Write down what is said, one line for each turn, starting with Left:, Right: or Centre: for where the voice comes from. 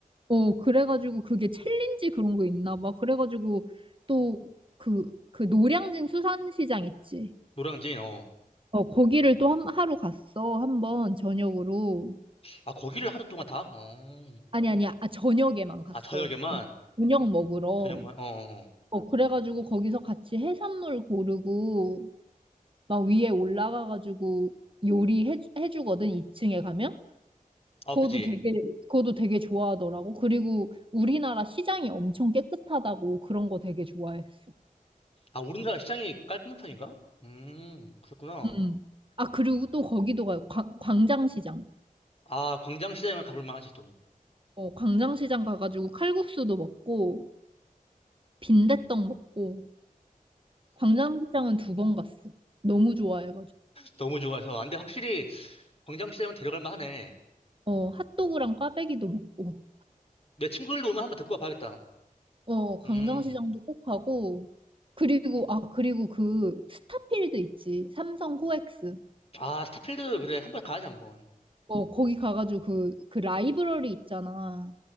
Right: 어, 그래가지고 그게 챌린지 그런 거 있나 봐. 그래가지고 또 그, 그 노량진 수산시장 있지.
Left: 노량진, 어.
Right: 어, 거기를 또 한, 하루 갔어. 한 번 저녁으로.
Left: 아, 거기를 하루 동안 다? 어.
Right: 아니, 아니, 아, 저녁에만 갔어.
Left: 아, 저녁에만?
Right: 밤, 저녁 먹으러.
Left: 저녁만? 어, 어, 어.
Right: 어, 그래가지고 거기서 같이 해산물 고르고 막 위에 올라가가지고 요리해, 해주거든, 2층에 가면.
Left: 아,
Right: 그것도
Left: 그지.
Right: 되게, 그것도 되게 좋아하더라고. 그리고 우리나라 시장이 엄청 깨끗하다고 그런 거 되게 좋아했어.
Left: 아, 우리나라 시장이 깔끔한 편인가? 음, 그렇구나.
Right: 음. 아, 그리고 또 거기도 가요. 광- 광장시장.
Left: 아, 광장시장은 가볼 만하지, 또.
Right: 어, 광장시장 가가지고 칼국수도 먹고 빈대떡 먹고 광장시장은 두 번 갔어. 너무 좋아해가지고.
Left: 너무 좋아서. 아, 근데 확실히 광장시장은 데려갈 만하네.
Right: 어, 핫도그랑 꽈배기도 먹고.
Left: 내 친구들도 오면 한번 데리고 와봐야겠다.
Right: 어, 광장시장도
Left: 음.
Right: 꼭 가고. 그리고, 아, 그리고 그 스타필드 있지. 삼성 코엑스.
Left: 아, 스타필드, 그래. 한번 가야지, 한번.
Right: 어, 거기 가가지고 그, 그 라이브러리 있잖아.